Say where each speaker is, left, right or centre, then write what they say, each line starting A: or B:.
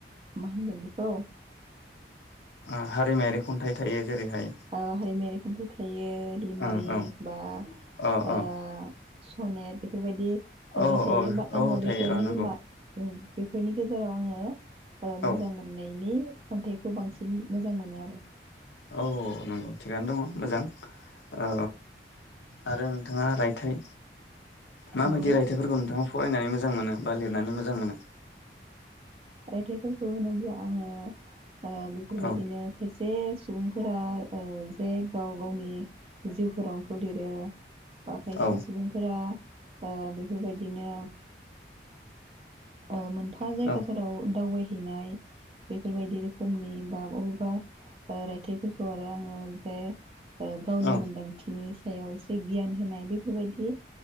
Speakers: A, on the right; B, on the left.
A: मा होनगोन बेखौ
B: ओं हारिमायारि खन्थाइ थायो जेरैहाय
A: औ हारिमयारि खन्थाइ थायो लिमारिक
B: ओं ओं
A: बा
B: अ
A: ओ
B: अ
A: स'नेट बेफोरबायदि खन्थाइ
B: औ
A: थायो
B: औ
A: बा
B: औ
A: आङो
B: थायो
A: बेफोरनि
B: औ नंगौ
A: मा उम बेफोरनि गेजेराव आङो ओ
B: औ
A: मोजां मोननायनि खन्थाइखौ बांसिन मोजां मोनो आरो
B: औ नंगौ थिगानो दङ' मोजां ओ आरो नोंथाङा रायथाइ माबायदि
A: औ
B: रायथाइफोरखौ नोंथाङा फरायनानै मोज जां मोनो बा लिरनानै मोजां मोनो
A: रायथाइफोरखौ होनोब्ला आङो ओ बेफोरबायदिनो
B: औ
A: खायसे सुबुंफोरा ओ जे गाव गावनि जिउ खौरांखौ लिरो बा खायसे
B: औ
A: सुबुंफोरा ओ बेफोरबायदिनो ओ मोनफा जायगा
B: औ
A: दावबायहैनाय बेफोरबायदि रोखोमनि बा बबेबा रायथाइफोरखौ आरो आङो जे गावनि
B: औ
A: मोनदांथिनि सायाव एसे गियान होनाय बेफोरबायदि